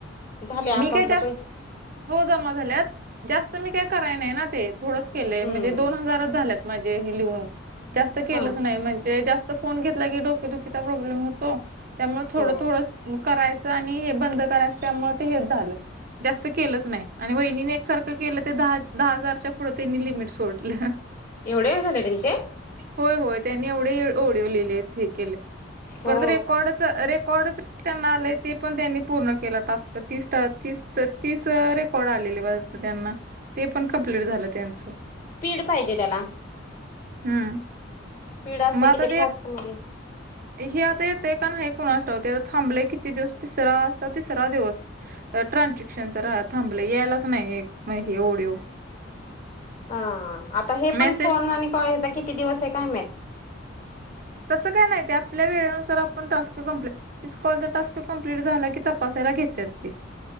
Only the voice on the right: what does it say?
मी काय जास्त
हो जमा झाल्यात जास्त मी काय कराय नाही ना ते. थोडच केलंय
म्हणजे दोन हजारच झाल्यात माझे हे लिहून जास्त केलंच
नाही म्हणजे जास्त. त फोन घेतला की डोकदुखीचा प्रॉब्लेम होतो त्यामुळे थोडं
थोडंच. करायचं आणि हे बंद करायचं त्यामुळे ते हेच झाल. जास्त केलंच नाही आणि वहिनीने एकसारखं केलं ते दहा दहा हजारच्या पुढे त्यांनी लिमिट सोडलं.
होय, होय त्यांनी एवढे ओडिओ लिहिले हे केले
परत रेकॉर्डच रेकॉर्डच त्यांना आले ते पण त्यांनी पूर्ण केला टास्क ती तीस तीस रेकॉर्ड आलेली बरेच त्यांना. ते पण कमप्लीट झालं त्यांच,
हम्म.
मग आता
हे आता येते का नाही कुणास ठावते थांबले किती दिवस तिसरा आजचा तिसरा दिवस ट्रानझॅक्शनच रा थांबलं यायलाच नाही. ओढीओ.
मेसेज
तसं काय नाही ते आपल्या वेळेनुसार आपण टास्क कमप्लीट तिस कॉलचा टास्क कम्प्लीट झाला की तपासायला घेतात ते.